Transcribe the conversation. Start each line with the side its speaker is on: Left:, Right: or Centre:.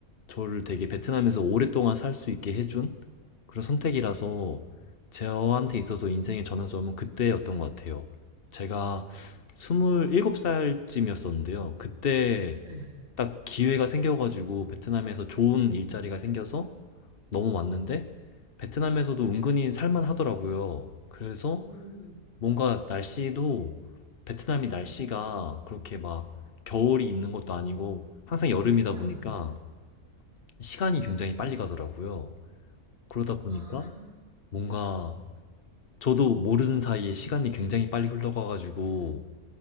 Left: 저를 되게 베트남에서 오랫동안 살 수 있게 해준 그런 선택이라서 저한테 있어서 인생의 전환점은 그때였던 것 같아요. 제가 27살쯤이었었는데요. 그때
Right: 네.
Left: 딱 기회가 생겨가지고 베트남에서 좋은 일자리가 생겨서 넘어왔는데 베트남에서도 은근히 살만 하더라고요. 그래서
Right: 음,
Left: 뭔가 날씨도 베트남이 날씨가 그렇게 막 겨울이 있는 것도 아니고 항상 여름이다
Right: 네.
Left: 보니까 시간이
Right: 음.
Left: 굉장히 빨리 가더라고요. 그러다 보니까
Right: 아.
Left: 뭔가 저도 모르는 사이에 시간이 굉장히 빨리 흘러가가지고